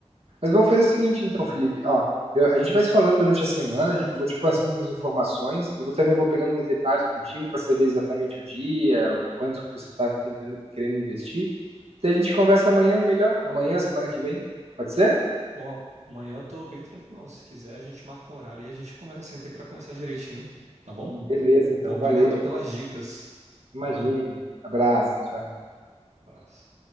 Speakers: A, on the right (about 60°); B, on the right (about 80°).
A: Mas vamos fazer o seguinte, então, Felipe. Ó, eu- a gente vai se falando durante a semana, a gente- eu vou te passando as informações, e vou, também vou pegando uns detalhes contigo para saber exatamente o dia, o quanto que você está tentando, querendo investir. Daí a gente conversa amanhã melhor, amanhã, semana que vem. Pode ser?
B: bom, amanhã eu tô bem tranquilão. Se quiser, a gente marca um horário e a gente conversa, senta aí pra conversar direitinho, tá bom?
A: Beleza, então,
B: Pô, obrigado
A: valeu.
B: pelas dicas.
A: Imagina.
B: Valeu.
A: Abraço, tchau.
B: Abraço.